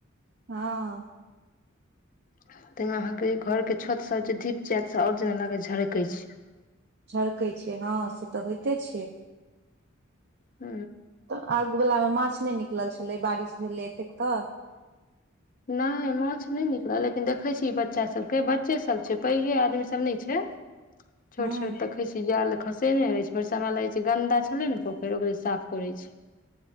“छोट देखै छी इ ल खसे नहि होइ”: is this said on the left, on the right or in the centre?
Left